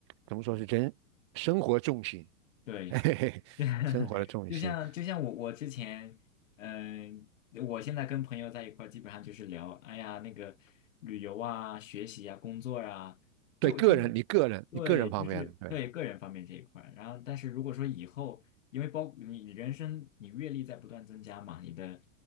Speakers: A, on the right; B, on the left.
A: 怎么说是人生活重心。
B: 嗯。对，
A: 嘿嘿嘿，
B: 是，<laughs>
A: 生活的重心，
B: 就像就像我我之前，嗯、我现在跟朋友在一块儿，基本上就是聊，哎呀，那个旅游啊、学习啊、工作啊，就就是
A: 对个人，你个人，
B: 对，
A: 你个人方面的，
B: 就是对个人方面这一块儿然后，
A: 对
B: 但是如果说以后，因为包你人生你阅历在不断增加嘛，你的